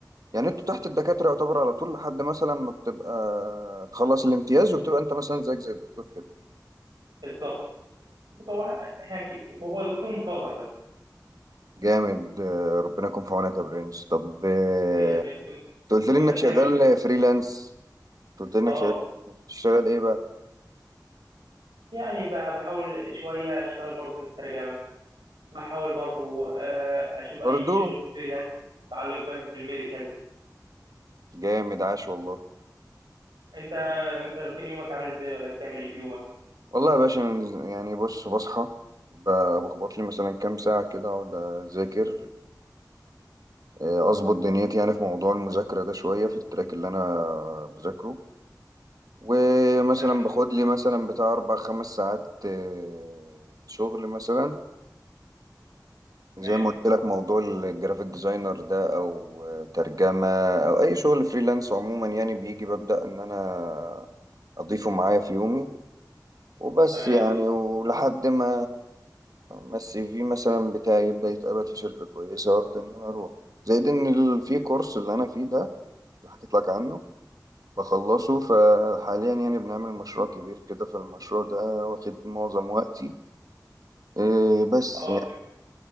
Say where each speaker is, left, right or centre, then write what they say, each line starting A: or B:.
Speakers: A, on the right (about 55°); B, on the right (about 85°).
A: يعني انتوا تحت الدكاترة يعتبر على طول لحد مثلا ما بتبقى تخلص الامتياز وبتبقى انت مثلا زيك زي الدكتور كده
B: بالظبط هو حكي وهو دكتور مصغر بس
A: جامد آه، ربنا يكون في عونك يا برنس طب آه،
B: هي برين كويس
A: انت قلت لي
B: وانت
A: انك
B: بتعمل
A: شغال
B: ايه في يومك؟
A: فريلانس قلت انك
B: اه
A: شغال بتشتغل ايه بقى
B: يعني ب- بحاول شويه اشتغل برضو في الترجمه بحاول برضو آه، اشوف
A: برضو
B: اي شغل فريلانس متعلق ب- بالميديكال
A: جامد عاش والله
B: انت انت روتين يومك عامل ازاي ولا بتعمل ايه في يومك
A: والله يا باشا أنا يعني بص بصحى ب- بخبط لي مثلا كام ساعة كده أقعد أذاكر آه، أظبط دنيتي يعني في موضوع المذاكرة ده شوية في التراك اللي أنا بذاكره ومثلا
B: تمام
A: باخد لي مثلا بتاع أربع خمس ساعات آه، شغل مثلا
B: تمام
A: زي ما قلت لك موضوع الجرافيك ديزاينر ده او ترجمه او اي شغل فريلانس عموما يعني بيجي ببدا ان انا اضيفه معايا في يومي وبس
B: تمام
A: يعني ولحد ما ما السي في مثلا بتاعي يبدا يتقبل في شركه كويسه وابدا ان انا اروح زائد ان ال- في كورس اللي انا فيه ده اللي حكيت لك عنه بخلصه فحاليا يعني بنعمل مشروع كبير كده فالمشروع ده واخد معظم وقتي إيه، بس
B: اه
A: يعني